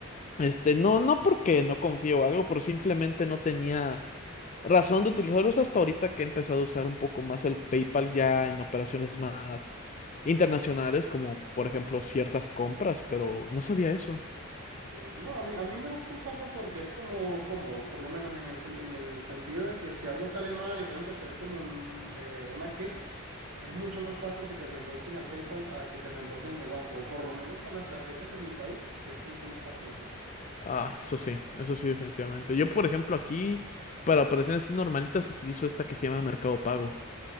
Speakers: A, on the left; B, on the right.
A: Este, no, no porque no confío o algo, pero simplemente no tenía razón de utilizarlos hasta ahorita que he empezado a usar un poco más el PayPal ya en operaciones más internacionales, como por ejemplo ciertas compras, pero no sabía eso.
B: Sí, No, a mí, a mí me gusta usarlo porque es como cómodo, por lo menos en el, sen- en el sentido de que si algo sale mal y tengo que hacer como un, eh, una queja, es mucho más fácil que te reembolsen al PayPal a que te reembolsen en el banco, o por lo menos con las tarjetas de mi país es mucho más fácil así.
A: Ah, eso sí, eso sí, definitivamente. Yo, por ejemplo, aquí para operaciones así normalitas utilizo esta que se llama Mercado Pago.